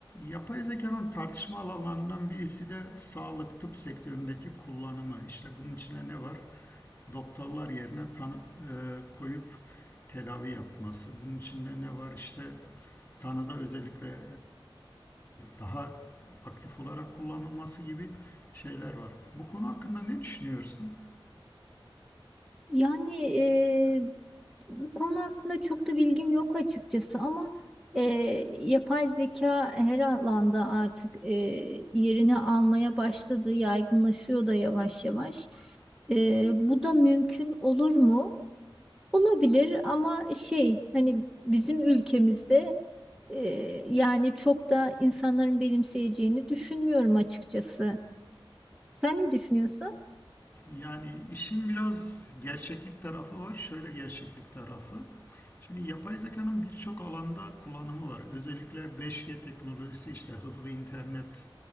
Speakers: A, on the left; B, in the centre.
A: Yapay zekanın tartışma alanlarından birisi de sağlık tıp sektöründeki kullanımı. İşte bunun içine ne var? Doktorlar yerine tanı e, koyup tedavi yapması. Bunun içinde ne var? İşte tanıda özellikle e, daha aktif olarak kullanılması gibi şeyler var. Bu konu hakkında ne düşünüyorsun?
B: Yani eee, bu konu hakkında çok da bilgim yok açıkçası ama eee, yapay zeka her alanda artık eee, yerini almaya başladı, yaygınlaşıyor da yavaş yavaş. Eee, bu da mümkün olur mu? Olabilir ama şey hani bizim ülkemizde eee, yani çok da insanların benimseyeceğini düşünmüyorum açıkçası. Sen ne düşünüyorsun?
A: Yani işin biraz gerçeklik tarafı var. Şöyle gerçeklik tarafı. Şimdi yapay zekanın birçok alanda kullanımı var. Özellikle 5G teknolojisi işte hızlı internetle